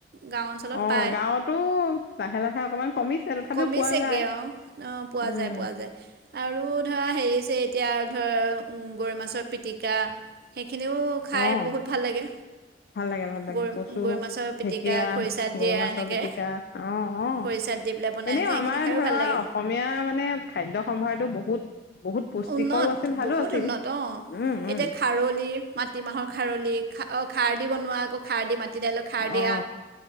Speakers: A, on the right; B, on the left.
A: গাঁও অঞ্চলত
B: অ'
A: পায়,
B: গাঁৱতো লাহে লাহে অকণমান কমিছে, তথাপিও
A: কমিছেগে
B: পোৱা যায়।
A: আৰু অ' পোৱা
B: উম
A: যায় পোৱা যায় আৰু ধৰা হেৰি-ছেৰি এতিয়া ধৰ গৰৈ মাছৰ পিটিকা, সেইখিনিও খাই
B: অ'
A: বহুত ভাল লাগে,
B: ভাল লাগে, ভাল লাগে
A: গৰৈ
B: কচ,
A: গৰৈ মাছৰ পিটিকা
B: ঢেকীয়া,
A: খৰিচাত দিয়া
B: গৰৈ মাছৰ
A: এনেকে।
B: পিটিকা, অ' অ।
A: খৰিচাত দি পেলাই বনাই
B: এনেও
A: যে সেইখিনি
B: আমাৰ
A: খায়ো
B: ধৰা
A: ভাল লাগে,
B: অসমীয়া মানে, খাদ্য সম্ভাৰটো বহুত বহুত পুষ্টিকৰো
A: উন্নত
B: আছিল, ভালো
A: বহুত
B: আছিল,
A: উন্নত অ'।
B: উম-উম।
A: এতিয়া খাৰলি, মাটিমাহৰ খাৰলি খা অ খাৰ দি বনোৱা আকৌ খাৰলি মা দাইলৰ খাৰ দিয়া।
B: অ।